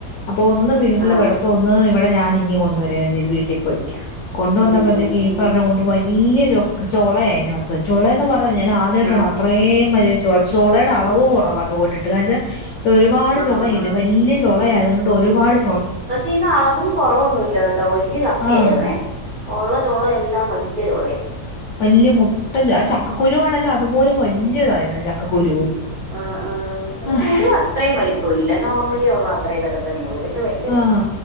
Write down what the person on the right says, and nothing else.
ആ,
ഉം, ഉം, ഉം,
ആ,
ആ,
ആ, ആ.
പക്ഷെ ഇത് അളവും കുറവൊന്നുവില്ല കേട്ടോ വല്യെ ചക്കയായിരുന്നേ
ഉള്ള ചൊള എല്ലാം വെല്ല്യ ചൊളേണ്.
ആഹ് ആഹ് അത്
കുരു അത്രയും വലിപ്പൊ ഇല്ല നോർമലിയുള്ള അത്രേ ഒക്കെതന്നെ ഉള്ളൂ പക്ഷെ വല്യെ -